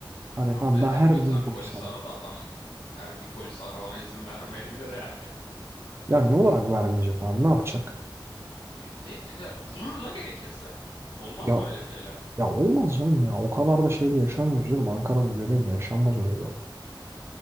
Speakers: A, on the right; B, on the left.
A: Hani
B: abi
A: tamam ben
B: her
A: her
B: gün
A: gün
B: sen
A: polis
B: polisi
A: ararım.
B: ara da adam her gün polisi aramana izin <laughs> vermeyebilir yani.
A: Ya ne olarak vermeyecek abi? Ne yapacak?
B: E Ne bileyim tehdit eder. Vurur la gerekirse. Olmaz
A: Ya
B: mı öyle şeyler?
A: ya olmaz canım ya. O kadar da şeyde yaşamıyoruz canım. Ankara'nın göbeğinde yaşanmaz öyle bir olay.